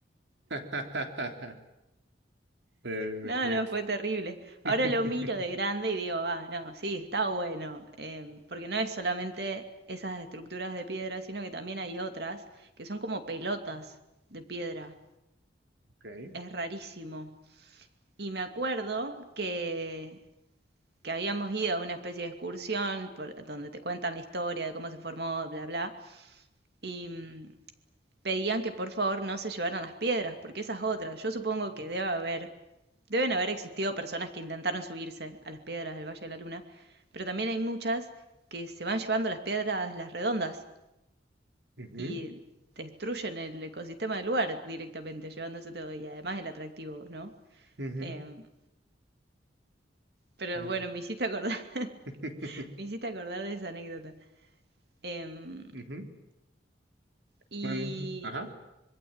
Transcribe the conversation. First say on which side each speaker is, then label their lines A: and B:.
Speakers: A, on the right; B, on the right.
A: <laughs> Eh,
B: No,
A: me-
B: no, fue terrible. Ahora
A: <laughs>
B: lo miro de grande y digo, ah, no, sí, está bueno, em, porque no es solamente esas estructuras de piedra, sino que también hay otras que son como pelotas de piedra.
A: Ok.
B: Es rarísimo. Y me acuerdo que, que habíamos ido a una especie de excursión por, donde te cuentan la historia de cómo se formó, bla, bla. Y mm, pedían que por favor no se llevaran las piedras, porque esas otras, yo supongo que debe haber, deben haber existido personas que intentaron subirse a las piedras del Valle de la Luna, pero también hay muchas que se van llevando las piedras, las redondas,
A: Ujú,
B: y destruyen el ecosistema del lugar directamente, llevándose todo, y además el atractivo, ¿no?
A: ujú,
B: Em, pero
A: Fíjate.
B: bueno, me hiciste acordar, <laughs>
A: <laughs>
B: me hiciste acordar de esa anécdota. Em,
A: Ujú.
B: y
A: Bueno, ajá.